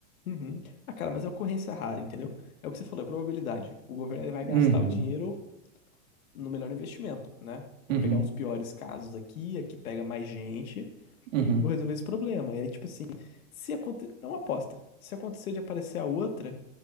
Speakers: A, on the left (about 75°); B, on the right (about 60°).
A: Uhum. Ah, cara, mas é ocorrência rara, entendeu? É o que você falou, é probabilidade. O governo ele vai
B: Uhum,
A: gastar o dinheiro no melhor investimento, né? Vou
B: uhum,
A: pegar os piores casos aqui, aqui pega mais gente
B: uhum,
A: e vou resolver esse problema. E aí, tipo assim, se acontecer. É uma aposta. Se acontecer de aparecer a outra,